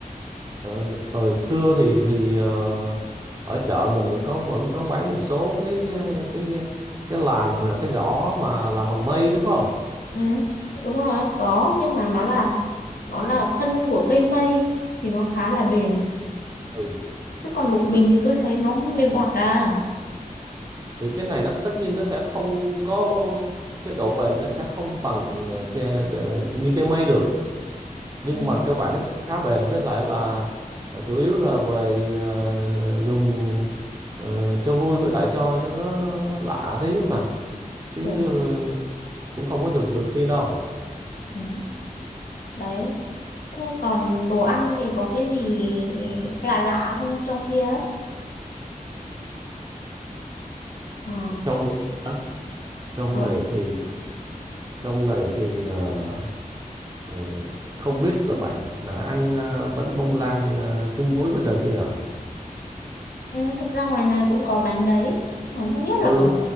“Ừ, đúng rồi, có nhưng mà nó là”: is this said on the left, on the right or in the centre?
Left